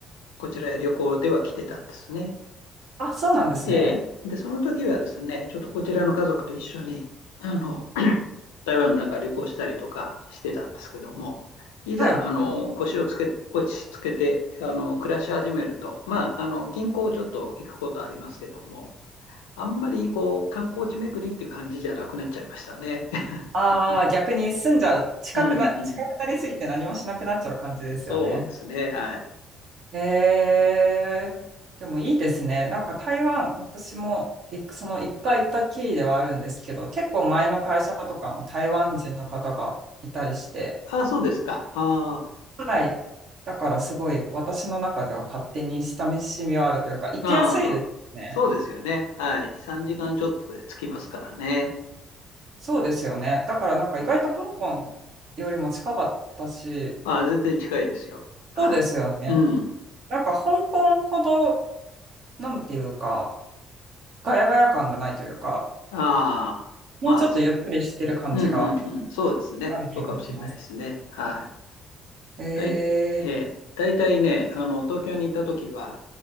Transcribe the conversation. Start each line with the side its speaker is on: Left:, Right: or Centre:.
Left: こちらへ旅行では来てたんですね。
Right: あ、そうなんですね。
Left: えーで、その時はですね、ちょっとこちらの家族と一緒に、あの、台湾の中旅行したりとかしてたんですけども、いざ、
Right: はい。
Left: あの、腰をつけ、落ち着けて、あの、暮らし始めると、まあ、あの、近郊をちょっと行くことありますけども、あんまり、こう、観光地巡りっていう感じじゃなくなっちゃいましたね。<laughs>
Right: ああ、逆に住んじゃう。近くな、
Left: うんうん。
Right: 近くなりすぎて何もしなくなっちゃう感じですよね。
Left: そうですね。はい。
Right: えー、でもいいですね。なんか台湾、私もいその一回行ったきりではあるんですけど、結構前の会社とかも台湾人の方がいたりして、
Left: ああ、そうですか。あ
Right: はい。だからすごい私の中では勝手に親しみはあるというか、行きやすいですね。
Left: あ、ああ、そうですよね。はい。3時間ちょっとで着きますからね。
Right: そうですよね。だからなんか意外と香港
Left: うん。
Right: よりも近かったし、
Left: あ、全然近いですよ。はい。
Right: そうですよね。
Left: うん。
Right: なんか香港ほど、なんていうか、ガヤガヤ感がないというか、
Left: ああ、
Right: もうちょっとゆっくりしてる感じが
Left: まあ、そ、うんうんうん。そうですね。
Right: ある気がします。
Left: そうかもしれないですね。はい。
Right: え
Left: だい、
Right: ー、
Left: ええ、大体ね、あの、東京にいた時は、